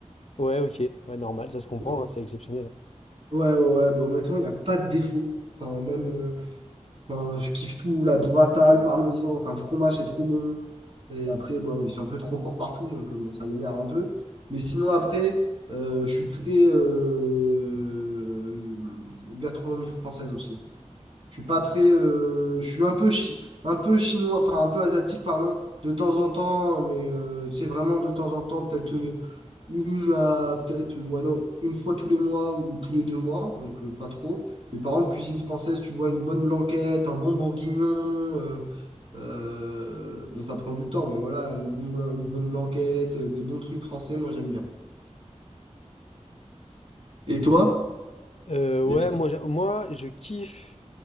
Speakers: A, on the left; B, on the right.
A: Ouais, ok, ouais, normal, ça se comprend,
B: Mm.
A: hein, c'est exceptionnel.
B: Ouais, ouais, ouais, bah, honnêtement, il n'y a pas de défaut. Enfin, même, euh, Enfin, je kiffe tout, la burrata, le parmesan, enfin le fromage c'est trop bon. Et après, bon, ils sont un peu trop forts partout, donc euh, bon, ça m'énerve un peu. Mais sinon après, euh, je suis très euh, gastronomie française aussi. Je suis pas très. euh, je suis un peu, chi- un peu chinois, enfin un peu asiatique, pardon, de temps en temps, mais euh, c'est vraiment de temps en temps, peut-être euh, une à- peut-être, euh, ouais, non, une fois tous les mois ou tous les deux mois, donc euh, pas trop. Mais par contre, cuisine française, tu vois, une bonne blanquette, un bon bourguignon. euh, euh, bon, ça prend du temps, mais voilà, une bonne, blan- une bonne blanquette, euh, des bons trucs français, moi j'aime bien. Et toi?
A: Euh, ouais,
B: Et toi?
A: moi, j'a- moi, je kiffe,